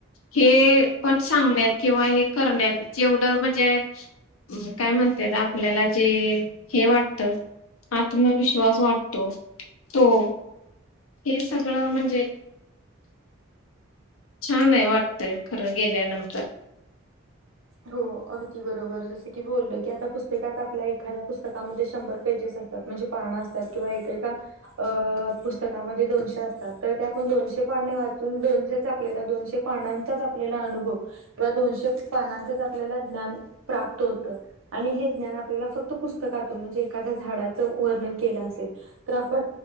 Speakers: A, on the left; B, on the right.
A: हे पण सांगण्यात किंवा हे करण्यात जेवढं म्हणजे काय म्हण त्यात आपल्याला जे हे वाटत, आत्मविश्वास वाटतो हो हे सगळं म्हणजे छान आहे वाटतय, खरं गेल्यानंतर
B: हो अगदी बरोबर जस की बोलल, की आता पुस्तकात आपल्या एखाद्या पुस्तकामध्ये शंभर पेजेस असतात म्हणजे पानं असतात, किंवा एक, एका, अ पुस्तका मध्ये दोनशे असतात त त्या पण दोन शे पाने वाचून दोनशेच, आपल्याला दोनशे पानाचा आपल्याला अनुभव, किंवा दोनशे पाण्यात च आपल्याला ज्ञान प्राप्त होत आणि हे ज्ञान आपल्याला फक्त पुस्तकातून म्हणजे एखाद्या झाडाचं वर्णन केलं असेल तर आपण